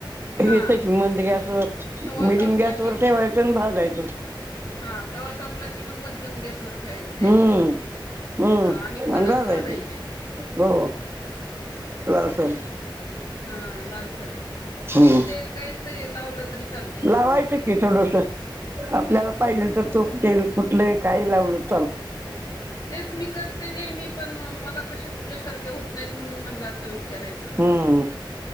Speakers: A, on the left; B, on the right.
A: हां
B: येत कि मंद गॅसवर,
A: तवा
B: मिडियम
A: तापला
B: गॅसवर ठेवायचं आणि भाजायचं.
A: हा. तवा तापला कि मग मध्यम गॅसवर ठेवायचं काय?
B: हं हं.
A: हां आणि कडक
B: मग भाजायचं.
A: भाजायच्या
B: हो. लालसर.
A: हा. लालसर. तूप,
B: हम्म
A: तेल काय ते लावलं तरी चालतय
B: लावायचं
A: वरन.
B: की आपल्याला पाहिजे तस तुप, तेल कुठलंही काही लावल तरी चालतय.
A: हं. तेच मी करते नेहमी पण मला कशे तुझ्यासारख्या होत नाहीत म्हणून म्हणल आज विचारायचं.
B: हम्म